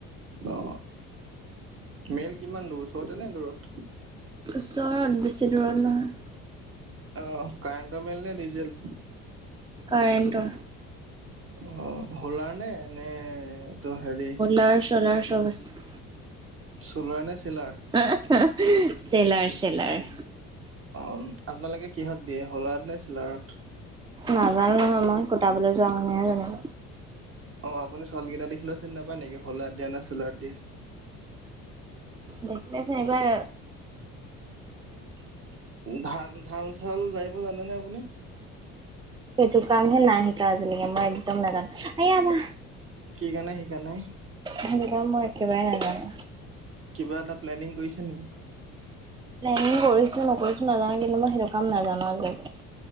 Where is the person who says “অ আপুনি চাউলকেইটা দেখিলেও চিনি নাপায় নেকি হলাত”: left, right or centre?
Right